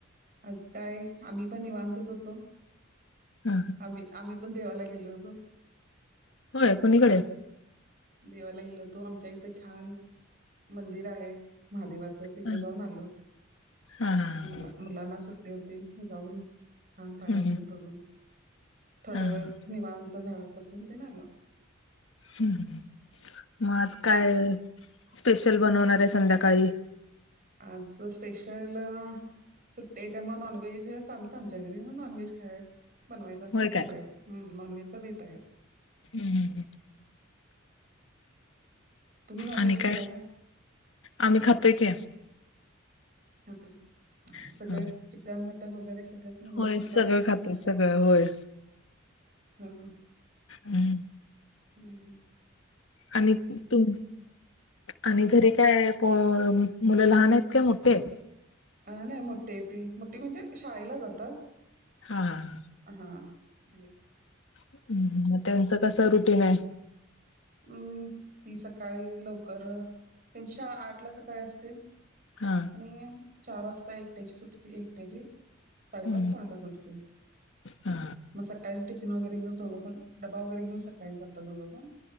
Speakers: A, on the right; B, on the left.
A: आज काय आम्ही पण निवांतच होतो
B: ह
A: आम्ही आम्ही पण देवाला गेलो होतो.
B: होय. कुणीकड?
A: देवाला गेलो होतो आमच्या इथं छान मंदिर आहे महादेवाचं तिथं
B: हा
A: जाऊन आलो
B: हा हा हा
A: मुला
B: हम्म
A: मुलांना सु ट्टी होती जाऊन छान पाया
B: हम्म
A: वगैरे पडून थोडा
B: हा हा
A: वेळ निवांत जरा बसून तेन आलो.
B: हम्म. मग आज काय स्पेशल बनवणारे संध्याकाळी?
A: आजच स्पेशल सुट्टीये त्यामुळं नॉनव्हेज चालतं आमच्या घरी म्हणुन नॉनव्हेज खाय बनवायचं असं
B: होय
A: चालूय
B: काय
A: नॉनव्हेजचा बेतय.
B: हम्म - हम्म - हम्म.
A: तुम्ही नॉनव्हेज
B: आणि
A: खाता
B: काय
A: का
B: आम्ही खातोय की
A: आता
B: हम्म.
A: सगळं चिकन मटन वगैरे सगळंच नॉनव्हेज
B: होय.
A: पदार्थ
B: सगळं खातोय सगळं होय.
A: हा हम्म
B: हम्म.
A: - हम्म.
B: आणि तुम आणि घरी काय पोरं मुलं लहान आहेत काय मोठे आहेत?
A: अ न्हाय मोठ ठी ती मोठी म्हणजे शाळेला जातात.
B: हा.
A: हा आहेत.
B: हम्म. म त्यांचं कस रुटीनय?
A: हम्म. ती सकाळी लवकर त्यांची शाळा आठ ला सकाळी असते.
B: हा.
A: आणि चार वाजता एकट्याची सुटते. एकट्याची साडेपाच
B: हम्म.
A: सहाला सुटते.
B: हा
A: मग सकाळीच टिफिन वगैरे घेऊन दोघेपण डब्बा वगैरे घेऊन सकाळी जाता दोघेपण.